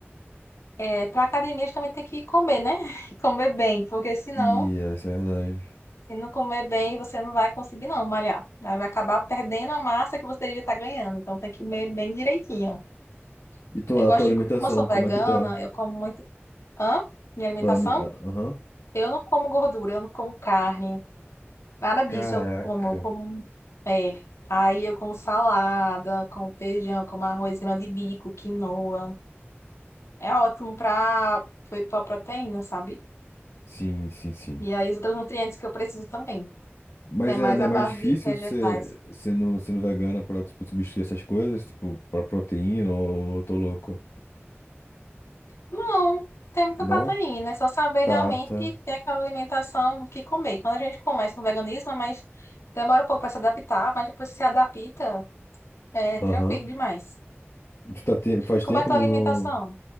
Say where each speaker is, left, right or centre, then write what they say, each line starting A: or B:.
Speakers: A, on the left; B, on the left.
A: é, para academia também tem que comer, né? <laughs> Comer bem, porque senão,
B: E essa é a verdade.
A: se não comer bem, você não vai conseguir não malhar. Aí vai acabar perdendo a massa que você deveria estar ganhando, então tem que comer bem direitinho.
B: E tua,
A: Eu gosto
B: tua alimentação,
A: de, co- como eu sou
B: como
A: vegana,
B: é que tá?
A: eu como muito, hã? Minha alimentação,
B: Tua, ami- ah, aham.
A: eu não como gordura, eu não como carne. Nada disso,
B: Caraca.
A: eu como, eu como. É. Aí eu como salada, como feijão, como arroz grão de bico, quinoa. É ótimo para foi para proteína, sabe?
B: Sim, sim, sim.
A: E aí os outros nutrientes que eu preciso também.
B: Mas
A: É mais
B: não é, não
A: a
B: é mais
A: base
B: difícil
A: de vegetais.
B: ser, sendo, sendo vegana pra, tipo, substituir essas coisas, tipo, pra proteína ou eu tô louco?
A: Não, tem muita
B: Não?
A: proteína, é só saber
B: Tá,
A: realmente
B: tá.
A: ter aquela alimentação que comer. Quando a gente começa no veganismo, mas demora um pouco para se adaptar, mas depois que se adapta, é tranquilo
B: Aham.
A: demais.
B: E tu tá tem- faz
A: Como
B: tempo
A: é a tua
B: no...
A: alimentação?
B: no-